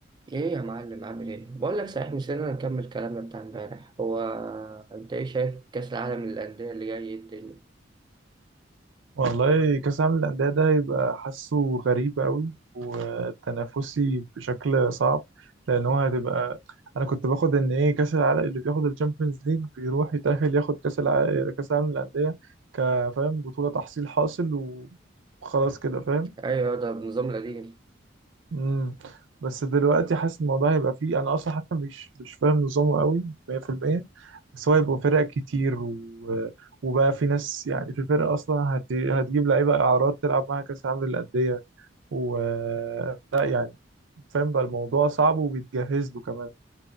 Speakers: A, on the right (about 25°); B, on the right (about 75°).
A: ايه يا معلم عامل ايه بقول لك صحيح نسينا نكمل كلامنا بتاع امبارح هو انت ايه شايف كاس العالم للانديه اللي جاي إيه الدنيا
B: والله كأس العالم للأندية ده هيبقى حاسه غريب قوي وتنافسي بشكل صعب لأن هو هتبقى أنا كنت باخد إن إيه كأس العالم اللي بياخد الشامبيونز ليج بيروح يتأهل ياخد كأس العالم كأس العالم للأندية كفاهم بطولة تحصيل حاصل وخلاص كده فاهم
A: ايوه ده بنظام القديم
B: امم بس دلوقتي حاسس الموضوع هيبقى فيه انا اصلا حتى مش مش فاهم نظامه قوي 100% بس هو هيبقى فرق كتير و... وبقى في ناس يعني في فرق اصلا هت... هتجيب لعيبه اعارات تلعب معاها كاس العالم للانديه و لا يعني فاهم بقى الموضوع صعب وبيتجهز له كمان